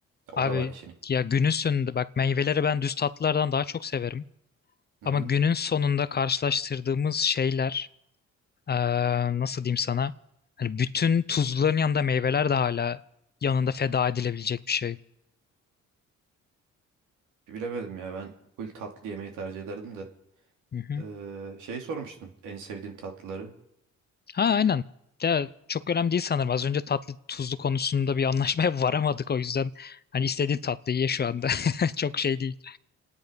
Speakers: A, on the right; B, on the left.
A: O
B: Abi
A: da var işin. iç-
B: ya günün sonunda bak meyveleri ben düz tatlılardan daha çok severim.
A: Hı
B: Ama
A: hı.
B: günün sonunda karşılaştırdığımız şeyler Ee, nasıl diyeyim sana? Hani bütün tuzluların yanında meyveler de hala yanında feda edilebilecek bir şey.
A: Bilemedim ya ben full tatlı yemeği tercih ederdim de.
B: Hı hı.
A: Ee, şey sormuştun en sevdiğim tatlıları.
B: Ha aynen. Ya, çok önemli değil sanırım. Az önce tatlı tuzlu konusunda bir anlaşmaya <laughs> varamadık o yüzden hani istediğin tatlıyı ye şu anda. <laughs> Çok şey değil.